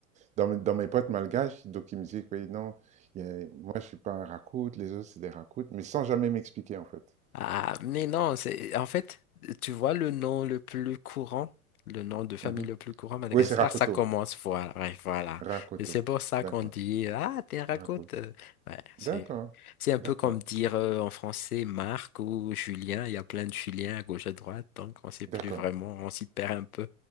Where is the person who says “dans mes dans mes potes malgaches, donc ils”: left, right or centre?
Right